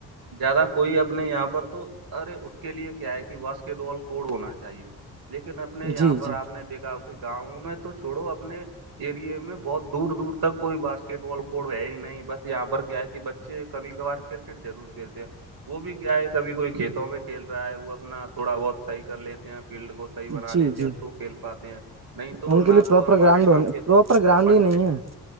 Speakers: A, on the right (about 65°); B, on the right (about 40°).
A: زیادہ کوئی اپنے یہاں پر تو ارے اس کے لیے کیا ہے کہ باسکٹ بال کوڈ ہونا چاہیے لیکن اپنے یہاں
B: جی
A: پر
B: جی
A: آپ نے دیکھا کافی گاؤں میں تو چھوڑو اپنے ایریے میں بہت دور دور تک کوئی باسکٹ بال ہے ہی نہیں بس یہاں پر کیا ہے کہ بچے کبھی کبھار کرکٹ ضرور کھیلتے ہیں وہ بھی کیا ہے کبھی کوئی کھیتوں میں کھیل رہا ہے وہ اپنا تھوڑا بہت صحیح کر لیتے ہیں فیلڈ کو صحیح بنا
B: جی
A: لیتے
B: جی
A: ہیں تو کھیل پاتے ہیں نہیں تو
B: ان کے
A: نہ
B: لیے پراپر
A: تو ہمارے
B: گراؤنڈ
A: گاؤں
B: ہونے
A: کے
B: پراپر گراؤنڈ
A: سرپنچ
B: ہی نہیں ہے